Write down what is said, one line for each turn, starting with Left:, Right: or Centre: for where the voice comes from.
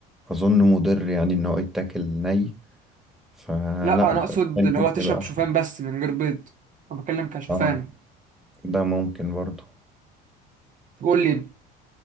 Centre: أظن مضر يعني إن هو يتاكل ني فلا
Right: لا انا
Centre: ب-
Right: اقصد
Centre: pancake
Right: اللي هو تشرب
Centre: يبقى أحسن
Right: شوفان بس من غير بيض انا بتكلم كشوفان
Centre: آه ده ممكن برضه
Right: قول لي بت...